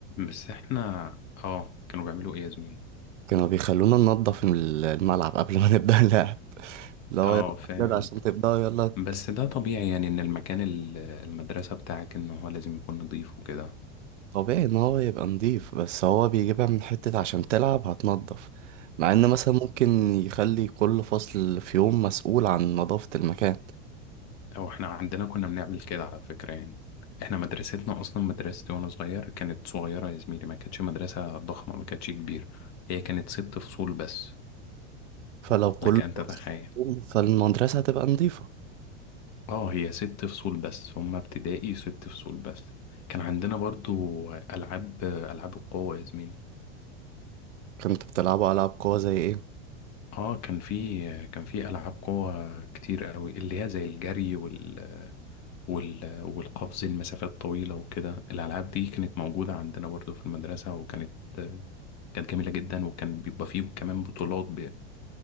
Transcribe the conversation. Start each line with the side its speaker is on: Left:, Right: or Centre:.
Left: بس احنا اه كانوا بيعملوا ايه يا زميلي
Right: كانوا بيخلونا ننضف الملعب قبل ما نبدأ اللعب <laughs> اللي هو
Left: اه
Right: يلا
Left: فاهم
Right: يا ولاد عشان تبدأوا يلا
Left: بس ده طبيعي يعني ان المكان ال- المدرسة بتاعك ان هو لازم يكون نظيف وكده
Right: طبيعي ان هو يبقى نضيف بس هو بيجيبها من حتة عشان تلعب هتنضف مع ان مثلا ممكن يخلي كل فصل في يوم مسؤول عن نظافة المكان
Left: او احنا عندنا كنا بنعمل كده على فكرة يعني احنا مدرستنا اصلا مدرستي وانا صغير كانت صغيرة يا زميلي ما كانتش مدرسة ضخمة ما كانتش كبيرة هي كانت ست فصول بس
Right: فلو كل
Left: لك ان تتخيل
Right: فصل في يوم فالمدرسة هتبقى نضيفة
Left: اه هي ست فصول بس هما ابتدائي ست فصول بس كان عندنا برضو ألعاب ألعاب القوة يا زميلي
Right: كنت بتلعبوا ألعاب قوة زي ايه
Left: اه كان في كان في ألعاب قوة كتير قوي اللي هي زي الجري وال... وال... والقفز المسافات طويلة وكده الألعاب دي كانت موجودة عندنا برضو في المدرسة وكانت كانت جميلة جدا وكان بيبقى فيه كمان بطولات ب...